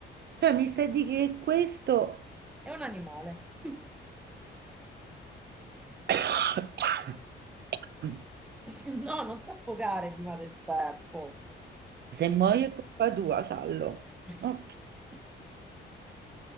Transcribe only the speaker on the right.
Cioè, mi stai di che questo...
<coughs>
Se muoio è colpa tua, sallo.
Ok,